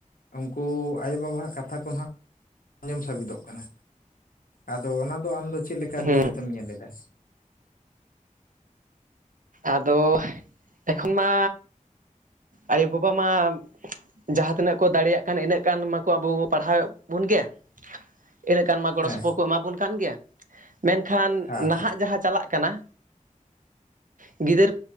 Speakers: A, on the left (about 90°); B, on the right (about 75°).
A: ᱩᱱᱠᱩ ᱟᱭᱳᱼᱵᱟᱵᱟᱣᱟᱜ ᱠᱟᱛᱷᱟ ᱠᱚ ᱱᱟᱦᱟᱜ ᱟᱡᱚᱢ ᱥᱟᱵᱤᱛᱚᱜ ᱠᱟᱱᱟ ᱟᱫᱚ ᱚᱱᱟ ᱫᱚ ᱟᱢᱫᱚ ᱪᱮᱫ ᱞᱮᱠᱟ
B: ᱦᱮᱸ
A: ᱫᱤᱥᱟᱹ ᱛᱮᱢ ᱧᱮᱞᱮᱫᱟ
B: ᱟᱫᱚ ᱮᱠᱷᱚᱱ ᱢᱟ ᱟᱭᱳ ᱵᱟᱵᱟ ᱢᱟ ᱡᱟᱦᱟᱸ ᱛᱤᱱᱟᱹᱜ ᱠᱚ ᱫᱟᱲᱮᱭᱟᱜ ᱠᱟᱱ ᱤᱱᱟᱹᱜ ᱜᱟᱱ ᱢᱟᱠᱚ ᱟᱵᱚ ᱯᱟᱲᱦᱟᱣᱮᱫ ᱵᱚᱱ ᱜᱮ ᱤᱱᱟᱹᱜ ᱜᱟᱱ ᱢᱟ ᱜᱚᱲᱚ
A: ᱦᱮᱸ
B: ᱥᱚᱯᱚᱦᱚᱫ ᱠᱚ ᱮᱢᱟᱵᱚᱱ ᱠᱟᱱ ᱜᱮᱭᱟ ᱢᱮᱱᱠᱷᱟᱱ
A: ᱦᱮᱸ ᱦᱮᱸ
B: ᱱᱟᱦᱟᱜ ᱡᱟᱦᱟᱸ ᱪᱟᱞᱟᱜ ᱠᱟᱱᱟ ᱜᱤᱫᱟᱹᱨ